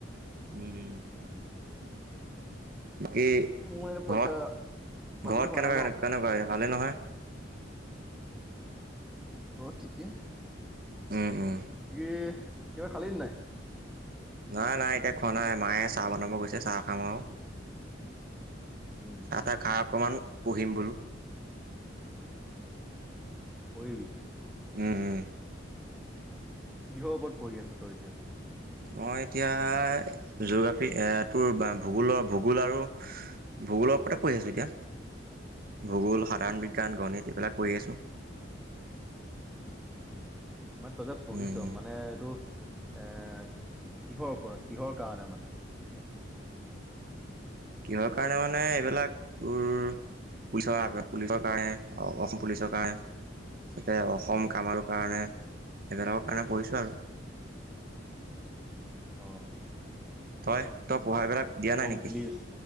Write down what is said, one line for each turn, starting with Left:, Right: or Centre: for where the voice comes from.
Right: উম। বাকী
Centre: মোৰ এই পইচা
Right: ঘৰত
Centre: পাতি
Right: ঘৰ
Centre: হোৱা
Right: কেনেকুৱা
Centre: নাই
Right: কেনে
Centre: ন
Right: কেনেকুৱা ভালে নহয়?
Centre: ঘৰত ঠিকেই।
Right: উম। উম।
Centre: বাকি কিবা খালি নাই?
Right: নাই নাই এতিয়া খোৱা নাই মায়ে চাহ বনাব গৈছে চাহ খাম আৰু।
Centre: উম
Right: চাহ তাহ খাঁ অকমান পহিম বোলো
Centre: পঢ়িবি
Right: উম উম।
Centre: কিহৰ ওপৰত পঢ়ি আছ তই এতিয়া।
Right: মই এতিয়া জিঅ'গ্ৰাফীটো ভূগোলৰ ভূগোল আৰু। ভূগোলৰ ওপৰতে পঢ়ি আছোঁ এতিয়া। ভূগোল সাধাৰণ বিজ্ঞান গণিত এইবিলাক পঢ়ি আছোঁ
Centre: উ মই তইতে পঢ়িছ
Right: উম,
Centre: মানে এইটো এ কিহৰ ওপৰত কিহৰ কাৰণে মানে।
Right: কিহৰ কাৰণে মানে এইবিলাক তোৰ পুলিচৰ পুলিচৰ কাৰণে অসম পুলিচৰ কাৰণে যাতে অসম কাম আৰু কাৰণে এইবিলাকৰ কাৰণে পঢ়িছোঁ আৰু
Centre: আহ
Right: তই তই পঢ়াই বিলাক দিয়া নাই নেকি
Centre: পুলিচ